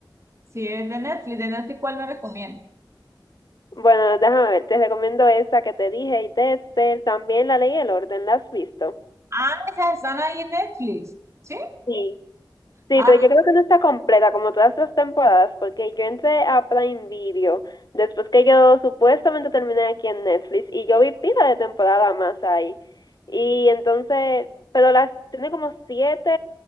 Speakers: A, on the right; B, on the left.
A: si es de Netflix, de Netflix, ¿cuál me recomiendas?
B: Bueno, déjame ver, te recomiendo esa que te dije y Dexter, también La Ley y el Orden, ¿la has visto?
A: Ah, esas están ahí en Netflix, ¿sí?
B: Sí. Sí,
A: Ah,
B: pero yo creo que no está completa como todas las temporadas, porque yo entré a Prime Video después que yo supuestamente terminé aquí en Netflix y yo vi pila de temporada más ahí. Y entonces, pero las tiene como siete